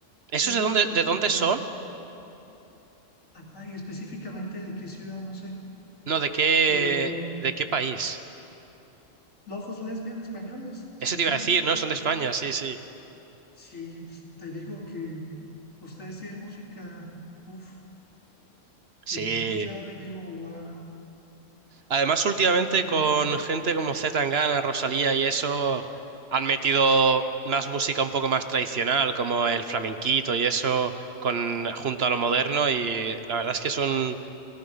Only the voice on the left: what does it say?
Ellos
sí te los
recomiendo.
Ajá, y específicamente de qué ciudad, no sé.
Pero
Lofos Lesbian, españoles, españoles.
Sí, pues, te digo que ustedes tienen música, uff,
que sí he escuchado y digo, wow,
sí me gusta,
¿eh?